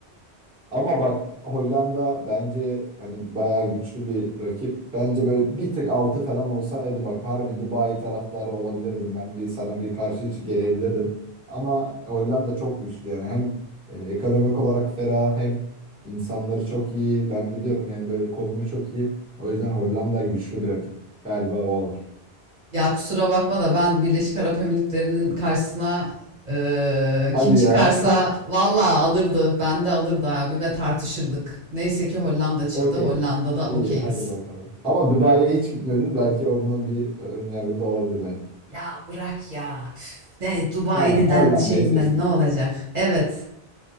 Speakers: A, in the centre; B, on the right.
A: Ama bak Hollanda bence hani bayağı güçlü bir rakip. Bence böyle bir tık altı falan olsaydı bak harbi Dubai taraftarı olabilirdim ben. Bir sana bir karşı hiç gelebilirdim. Ama Hollanda çok güçlü yani hem e, ekonomik olarak ferah hem insanları çok iyi. Ben biliyorum yani böyle konumu çok iyi. O yüzden Hollanda güçlü bir rakip. Galiba o alır.
B: Ya kusura bakma da ben Birleşik Arap Emirlikleri'nin karşısına eee,
A: Hadi
B: kim çıkarsa
A: ya.
B: vallahi alırdı. Ben de alırdı abi ve tartışırdık. Neyse ki Hollanda
A: <laughs>
B: çıktı.
A: Okey.
B: Hollanda'da
A: İyi
B: okeyiz.
A: hadi bakalım. Ama Dubai'ye hiç gitmedin. Belki onunla bir ön yargında olabilir belki.
B: Ya bırak ya. Üf, Ne Dubai'den
A: Tamam, Hollanda'yı
B: şeyinden
A: seçtik.
B: ne olacak? Evet.